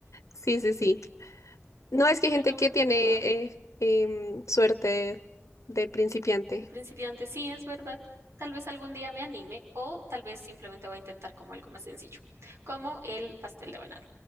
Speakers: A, on the left; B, on the right.
A: Sí, sí, sí. No, es que hay
B: ya
A: gente
B: no vuelvo
A: que tiene
B: a hacer nada.
A: eh, em, suerte de principiante.
B: De principiante, sí, es verdad. Tal vez algún día me anime o tal vez simplemente voy a intentar como algo más sencillo, como el pastel de banano.